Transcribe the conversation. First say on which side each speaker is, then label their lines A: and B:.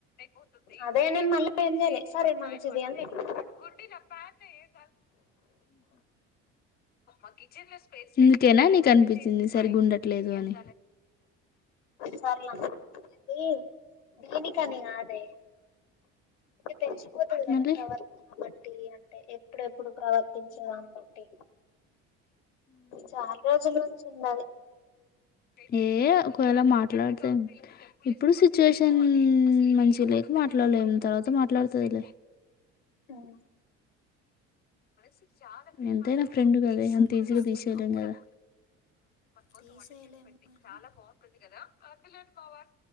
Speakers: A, on the left; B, on the left.
A: పోతుందిచుకుంటు
B: అదే నేను మళ్ళీ ఏం చేయలే సరే మంచిది
A: ఆయన వంటస్తున్నాడు
B: అని పెట్టిన.
A: అ ఏం ఆడిచెన్ లోేందుకనా అనిపి చి సరిగి ఉండట్లేదు అని
B: సర్ల అది దీనికని కాదే పెంచిపోతుది కదా
A: నాన్న, మళ్ళీ
B: ప్రవర్తన బట్టి అంటే ఎప్పుడెప్పుడు ప్రవర్తించేదాన్ని బట్టి చాలా రోజుల నుంచి ఉన్నారు
A: మ ఏలా మాట మాట్లాడత ఇప్పుడు సిచ్యుయేషన్ మంచి లేక మాట్లాడలేని తర్వాత మాట్లాడుతుదిలే
B: ఉమ్,
A: చూ చాగని అ ఫ్రెండ్ కదే అంత
B: అనిపిస్తుంది
A: ఈజీగా తీసెళ్ళం
B: ఇక
A: కదా కోసం
B: తీసేయలేము
A: వంట చసి పెట్ంది
B: కానీ
A: చాలా బాగుంటుంది కదా ఆ పిల్లలు మా వార్